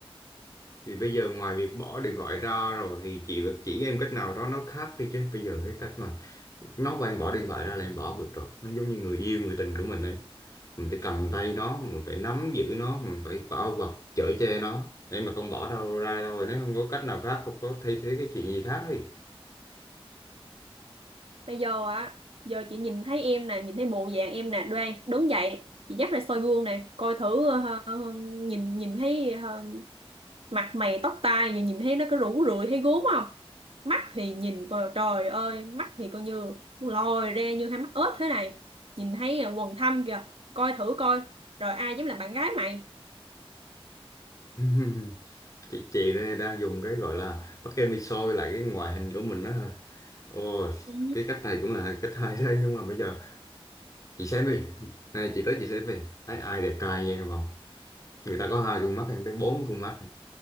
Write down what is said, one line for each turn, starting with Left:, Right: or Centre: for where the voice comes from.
Left: thì bây giờ ngoài việc bỏ điện thoại ra rồi thì chị vẫn chỉ em cách nào đó nó khác đi chứ bây giờ cái cách mà nó bảo em bỏ điện thoại ra là em bỏ không được rồi nó giống như người yêu người tình của mình đấy mình phải cầm tay nó mình phải nắm giữ nó mình phải bao bọc chở che nó em mà không bỏ đâu ra rồi nếu không có cách nào khác không có thay thế cái chuyện gì khác thì
Right: Bây giờ á, giờ chị nhìn thấy em nè, nhìn thấy bộ dạng em nè, đoan, đứng dậy, chị dắt ra soi gương nè, coi thử ờ, ờ, ờ, nhìn nhìn thấy ờ, mặt mày tóc tai giờ nhìn thấy nó có rũ rượi thấy gốm không mắt thì nhìn coi trời ơi mắt thì coi như lồi ra như hai mắt ếch thế này nhìn thấy à, quần thâm kìa coi thử coi rồi ai dám làm bạn gái mày
Left: <laughs> chị chị đây đang dùng cái gọi là bắt em đi soi lại cái ngoại hình của mình đó thôi ôi
Right: Ừ.
Left: cái cách này cũng là cách hay đấy nhưng mà bây giờ chị xem đi này chị tới chị xem đi thấy ai đẹp trai nha em không người ta có hai con mắt người ta bốn con mắt